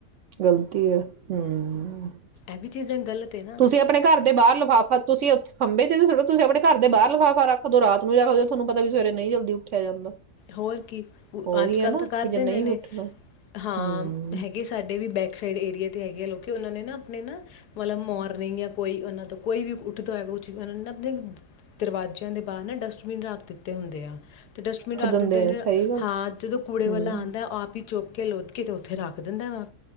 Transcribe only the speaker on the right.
ਗਲਤੀ ਹੈ ਹਮ
ਤੁਸੀਂ ਆਪਣੇ ਘਰ ਦੇ ਬਾਹਰ ਲਿਫਾਫਾ ਤੁਸੀਂ ਖੰਬੇ ਤੇ ਛੋ ਤੁਸੀ ਆਪਣੇਰ ਦੇ ਬਾਹ ਲਿਫਾਫ਼ਾੱਖ ਦ ਰਾ ਨੂੰ ਰੱਖ ਦਿੋ ਤੁਹਾਨੂੰ ਪਤਾ ਵੀਵੇਰੇ ਨਹੀਂ ਜਲਦੀ ਉੱਠਿਆ ਜਾਂਦਾ
ਉਹੀ
ਹੈ ਨਾ
ਵੀ ਜੇ
ਨਹੀਂ
ਵੀ ਉੱਠਣਾ
ਹਮ
ਦਿੰਦੇ
ਆ ਸਹੀ ਗੱਲ
ਹਮ